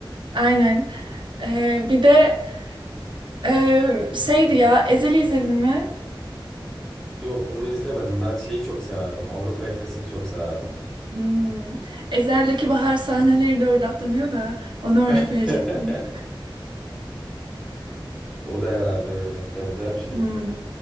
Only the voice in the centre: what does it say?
Yok onu izlemedim. Ben şeyi çok severdim. Avrupa Yakası'nı çok severdim.
<laughs>
O da herhalde öyle. Benzer bir şey
mi?